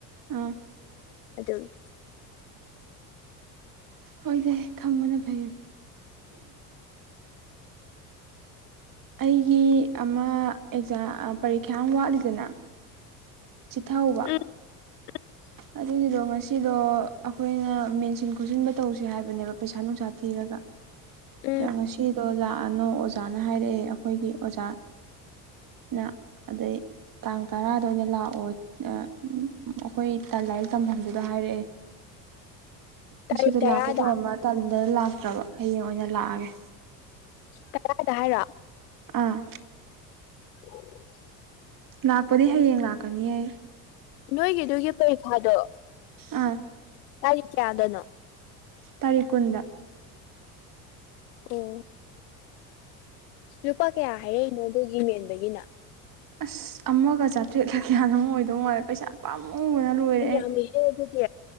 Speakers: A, on the right (about 45°); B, on the left (about 75°).
A: ꯎꯝ
B: ꯑꯗꯨꯅꯤ
A: ꯍꯣꯏꯗꯤꯦ ꯈꯪꯕꯅ ꯐꯩꯌꯦ ꯑꯩꯒꯤ ꯑꯃ ꯑꯦꯛꯖꯥꯝ ꯄꯔꯤꯈ꯭ꯌꯥ ꯑꯃ ꯋꯥꯠꯂꯤꯗꯅ ꯆꯤꯊꯥꯎꯧꯕ
B: ꯎꯝ <inaudible>
A: ꯑꯗꯨꯒꯤꯗꯣ ꯉꯁꯤꯗꯣ ꯑꯩꯈꯣꯏꯅ ꯃꯦꯟꯁꯤꯟ ꯈꯣꯠꯆꯤꯟꯕ ꯇꯧꯁꯦ ꯍꯥꯏꯕꯅꯦꯕ ꯄꯩꯁꯥ ꯅꯨꯡꯁꯥ ꯊꯤꯔꯒ
B: ꯎꯝ
A: ꯉꯁꯤꯗꯣ ꯂꯥꯛꯑꯅꯣ ꯑꯣꯖꯥꯅ ꯍꯥꯏꯔꯛꯑꯦ ꯑꯩꯈꯣꯏꯒꯤ ꯑꯣꯖꯥ ꯅ ꯑꯗꯨꯗꯩ ꯇꯥꯡ ꯇꯔꯥꯗ ꯑꯣꯏꯅ ꯂꯥꯛꯑꯣ ꯑꯣ ꯑꯩꯈꯣꯏ ꯇ ꯂꯥꯏꯔꯤꯛ ꯇꯝꯐꯝꯗꯨꯗ ꯍꯥꯏꯔꯛꯑꯦ ꯃꯁꯤꯗꯣ
B: ꯇꯥꯔꯤꯛ ꯇꯔꯥꯗ
A: ꯂꯥꯛꯀꯦ ꯇꯣꯡ ꯃꯇꯝꯗ ꯂꯥꯛꯇ꯭ꯔꯕ ꯍꯌꯦꯡ ꯑꯣꯏꯅ ꯂꯥꯛꯑꯒꯦ
B: ꯀꯔꯗ ꯍꯥꯏꯔ
A: ꯑꯥ
B: <inaudible>
A: ꯂꯥꯛꯄꯗꯤ ꯍꯌꯦꯡ ꯂꯥꯛꯀꯅꯤꯌꯦ
B: ꯅꯣꯏꯒꯤꯗꯨꯒꯤ ꯄꯔꯤꯈꯥꯗꯣ
A: ꯑꯥ
B: ꯀꯔꯤ ꯀꯗꯅꯣ
A: ꯇꯥꯔꯤꯛ ꯀꯨꯟꯗ
B: ꯑ ꯂꯨꯄꯥ ꯀꯌꯥ ꯍꯥꯏꯔꯛꯏꯅꯣ ꯑꯗꯨꯒꯤ ꯃꯦꯟꯕꯒꯤꯅ
A: ꯑꯁ ꯑꯃꯒ ꯆꯥꯇ꯭ꯔꯦꯠꯂ ꯀꯌꯥꯅ ꯑꯃꯨꯛ ꯑꯣꯏꯗꯧ ꯃꯥꯜꯂꯦ ꯄꯩꯁꯥ ꯄꯥꯝꯕ ꯂꯕꯅ ꯂꯣꯏꯔꯦ
B: ꯌꯥꯝ
A: ꯑꯩ
B: ꯌꯥꯝꯃꯤꯍꯦ ꯑꯗꯨꯗꯤ